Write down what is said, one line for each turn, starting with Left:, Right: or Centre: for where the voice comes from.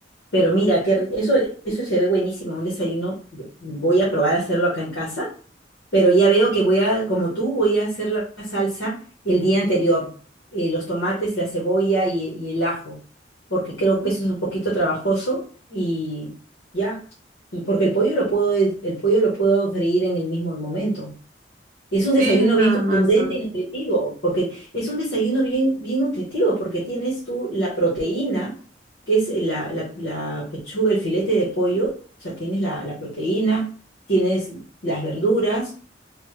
Left: Pero mira, que eso, eso se ve buenísimo, un desayuno. Voy a probar a hacerlo acá en casa pero ya veo que voy a, como tú, voy a hacer la salsa el día anterior, eh, los tomates, la cebolla y, y el ajo, porque creo que eso es un poquito trabajoso y ya, y porque el pollo lo puedo, el pollo lo puedo freír en el mismo momento. Es un
Right: Sí,
Left: desayuno
Right: nada
Left: bien contundente
Right: más son
Left: y nutritivo, porque es un desayuno bien, bien nutritivo, porque tienes tú la proteína, que es la, la- la pechuga, el filete de pollo, o sea, tienes la la proteína, tienes las verduras,